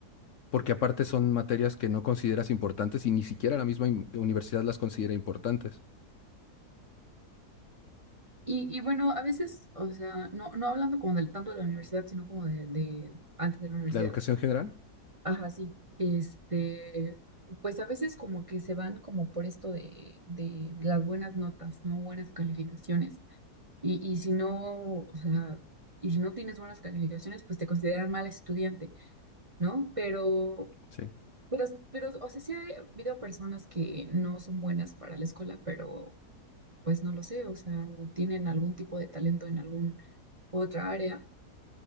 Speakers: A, on the left; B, on the right.
A: porque aparte son materias que no consideras importantes y ni siquiera la misma in- universidad las considera importantes.
B: Y, y bueno, a veces, o sea, no, no hablando como del, tanto de la universidad, sino como de, de antes de la universidad.
A: La educación general,
B: Ajá, sí. Este, pues a veces como que se van como por esto de, de las buenas notas, ¿no? Buenas calificaciones. Y, y si no, o sea, y si no tienes buenas calificaciones, pues te consideran mal estudiante, ¿no? Pero,
A: sí.
B: pero, pero, o sea, sí ha habido personas que no son buenas para la escuela, pero pues no lo sé, o sea, tienen algún tipo de talento en algún otra área.